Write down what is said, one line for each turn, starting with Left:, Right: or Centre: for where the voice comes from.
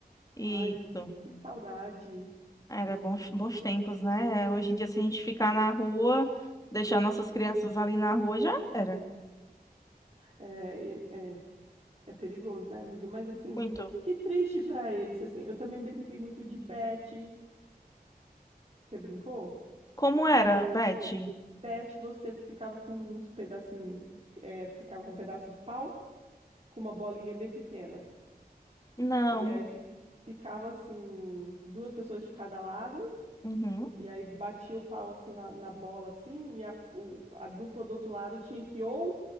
Left: Isso.
Right: Ai, amiga, que saudade.
Left: Era bons, bons tempos, né? Hoje em dia, se a gente ficar
Right: Tempo.
Left: na rua, deixar nossas crianças ali na rua, já era.
Right: É, e- é, é perigoso, né, amiga? Mas assim,
Left: Muito.
Right: que triste pra eles, assim. Eu também brinquei muito de bete. Você brincou?
Left: Como era, Beth?
Right: Bet, você ficava com uns pedacinhos, ficava com um pedaço de pau, com uma bolinha bem pequena.
Left: Não.
Right: E aí fi- ficava assim, duas pessoas de cada lado,
Left: Uhum.
Right: e aí batia o pau assim na, na bola, assim, e a, o- a dupla do outro lado tinha que ou